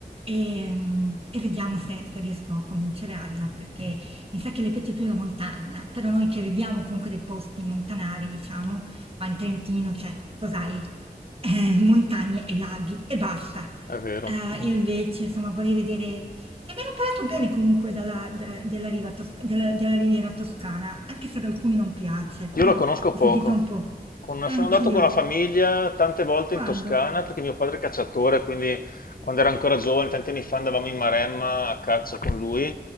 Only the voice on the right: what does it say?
E, e vediamo se, se riesco a convincere Anna perché mi sa che le piace più la montagna, però noi che viviamo comunque dei posti montanari, diciamo, qua in Trentino, cioè, cos'hai? eh, montagne e laghi e basta.
Eh, io invece, insomma, vorrei vedere... Cioè, mi hanno parlato bene comunque dalla, de- della, riva tosc- della, della Riviera Toscana, anche se ad alcuni non piace, però
ho
sentito un po'.
eh,
Anch'io.
Quando?